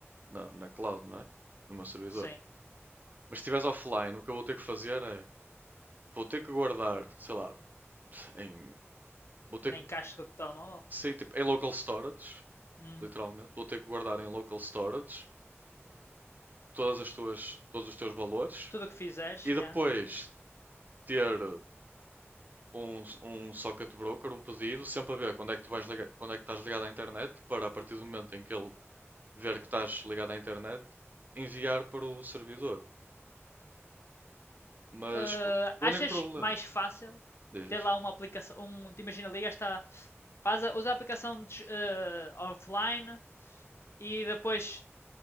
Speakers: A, on the right; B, on the left.
A: na, na cloud, não é? No meu servidor.
B: Sim.
A: Mas se estiveres offline, o que eu vou ter que fazer é. Vou ter que guardar, sei lá, <laughs> em. Vou ter
B: na
A: que.
B: encaixa do telemóvel.
A: Sei, tipo, em local storage,
B: Hum.
A: literalmente. Vou ter que guardar em local storage todas as tuas, todos os teus valores
B: Tudo o que fizeres,
A: e
B: yeah.
A: depois ter um, um socket broker, um pedido, sempre a ver quando é que tu vais ligar, quando é que estás ligado à internet, para a partir do momento em que ele ver que estás ligado à internet, enviar para o servidor. Mas
B: eh,
A: o
B: achas
A: único problema,
B: mais fácil
A: diz,
B: ter
A: diz.
B: lá uma aplicação, um, te imagina, ligas, tá, faz a, usa a aplicação de- eh, offline e depois